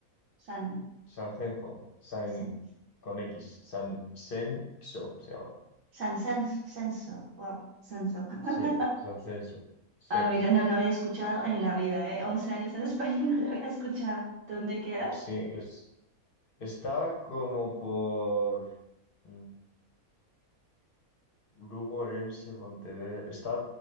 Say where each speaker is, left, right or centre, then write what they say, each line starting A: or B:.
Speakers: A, on the right (about 65°); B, on the left (about 50°).
A: San,
B: Sanjenjo, San
A: San,
B: con X, San Xenxo se llama.
A: San Censo. Censo. Wow, Censo. <laughs>
B: Sí, Sanjenjo, sí.
A: Ah, mira, no lo había escuchado en la vida, ¿eh? 11 años en <laughs> España y no lo había escuchado. ¿Dónde queda?
B: Pues sí, es, está como por mm, Lugo, Orense, Pontevedra. Está,